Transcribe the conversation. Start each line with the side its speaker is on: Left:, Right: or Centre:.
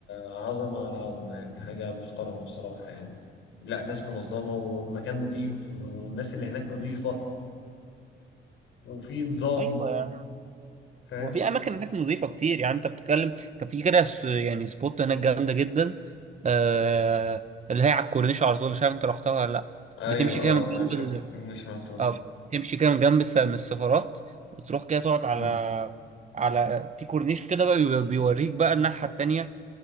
Left: عظمه على عظمه يعني حاجه محترمه بصراحه يعني لا ناس منظمه ومكان نظيف والناس اللي هناك نظيفه وفي نظام
Right: ايوه يعني
Left: فاهم
Right: وفي اماكن هناك نظيفه كتير يعني انت بتتكلم كان في كده س- يعني سبوت هناك جامده جدا آه... اللي هي على الكورنيش على طول مش عارف انت رحتها ولا لا
Left: ايوه
Right: بتمشي
Left: اه
Right: كده من جنب
Left: انا شفت البرميشن على طول
Right: اه تمشي كده من جنب الس- من السفارات وتروح كده تقعد على
Left: مم.
Right: على في كورنيش كده بقى بي- بيوريك بقى الناحية التانية